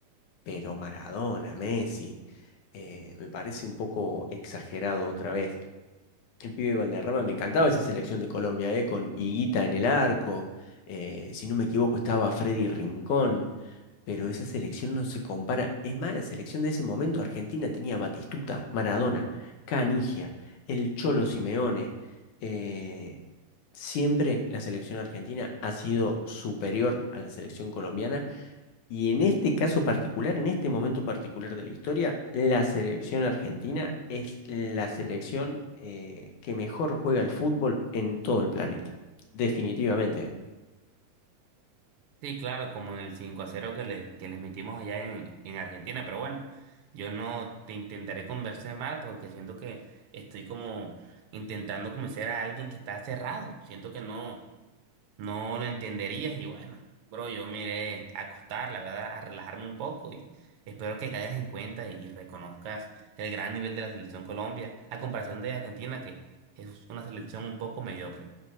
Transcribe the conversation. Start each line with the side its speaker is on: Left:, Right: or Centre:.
Left: Pero Maradona, Messi, eh, me parece un poco exagerado otra vez. El pibe de Valderrama, me encantaba esa selección de Colombia, ¿eh? Con Higuita en el arco. eh, si no me equivoco, estaba Freddy Rincón. Pero esa selección no se compara. Es más, la selección de ese momento, Argentina tenía Batistuta, Maradona, Canigia, el Cholo Simeone. eh, siempre la selección argentina ha sido superior a la selección colombiana. Y en este caso particular, en este momento particular de la historia, la selección argentina es la selección eh, que mejor juega al fútbol en todo el planeta. Definitivamente. ¿eh?
Right: Sí, claro, como en el 5 a cero que le, que les metimos allá en, en Argentina, pero bueno, yo no te intentaré convencer mal porque siento que estoy como intentando convencer a alguien que está cerrado, siento que no. no lo entenderías y bueno, bro, yo me iré a acostar, la verdad, a relajarme un poco y espero que caigas en cuenta y reconozcas el gran nivel de la selección Colombia a comparación de Argentina, que es una selección un poco mediocre.